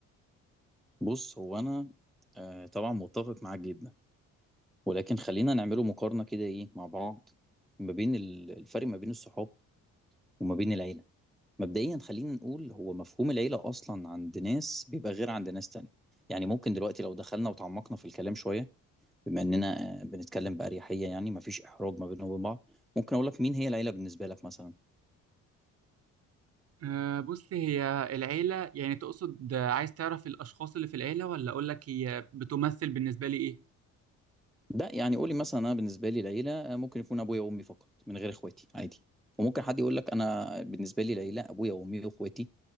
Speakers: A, in the centre; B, on the right.
A: بص هو انا آه، طبعا متفق معاك جدا ولكن خلينا نعمله مقارنه كده ايه مع بعض ما بين ال- الفرق ما بين الصحاب وما بين العيله مبدئيا خلينا نقول هو مفهوم العيله اصلا عند ناس بيبقى غير عند ناس تانية يعني ممكن دلوقتي لو دخلنا وتعمقنا في الكلام شويه بما اننا آه، بنتكلم باريحيه يعني مفيش احراج ما بيننا وبين بعض ممكن اقول لك مين هي العيله بالنسبه لك مثلا
B: أه بص هي العيلة يعني تقصد آه، عايز تعرف الأشخاص اللي في العيلة ولا أقولك هي بتمثل بالنسبة لي إيه؟
A: ده يعني قولي مثلا انا بالنسبه لي العيله آه، ممكن يكون ابويا وامي فقط من غير اخواتي عادي وممكن حد يقول لك انا بالنسبه لي العيله ابويا وامي واخواتي